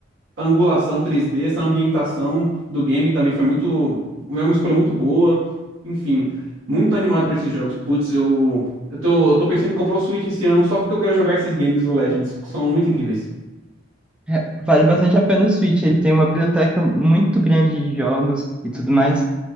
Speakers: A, on the right; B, in the centre.
A: a angulação 3D, essa ambientação do game também foi muito, foi uma escolha muito boa. Enfim, muito animado pra esses jogos. Putz, eu, eu tô, eu tô pensando em comprar o Switch esse ano só porque eu quero jogar esses games do Legends, que são muito incríveis.
B: É, Vale bastante a pena o Switch. Ele tem uma biblioteca muito grande de jogos e tudo mais.